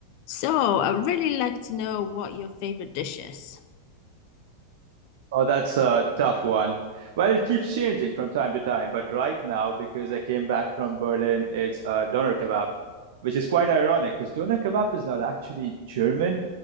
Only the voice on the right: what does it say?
Oh, that's a tough one. Well, it keeps changing from time to time, but right now, because I came back from Berlin, it's uh, doner kebab, which is quite ironic because doner kebab is not actually German.